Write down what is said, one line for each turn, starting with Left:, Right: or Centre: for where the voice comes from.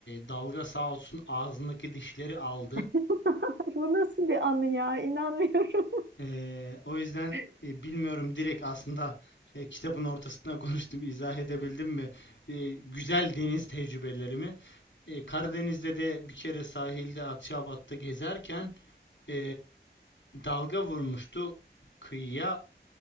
Left: dalga sağ olsun ağzındaki dişleri aldı.
Right: <laughs> Bu nasıl bir anı ya? İnanmıyorum.
Left: Eee, o yüzden
Right: <laughs>
Left: e, bilmiyorum direkt aslında e, kitabın ortasına <laughs> konuştum izah edebildim mi? E, güzel deniz tecrübelerimi. E, Karadeniz'de de bir kere sahilde Akçaabat'ta gezerken e, dalga vurmuştu kıyıya.